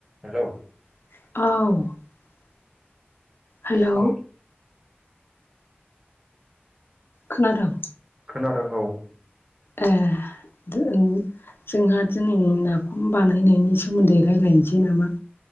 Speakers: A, on the right (about 20°); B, on the left (about 65°).
A: हेल'!
B: औ हेलौ
A: औ
B: खोनादोंं।
A: खोनादों औ
B: ए <inaudible> जोंहा दिनै नाफाम बानायनायनि सोमोन्दै रायजलायनोसै नामा?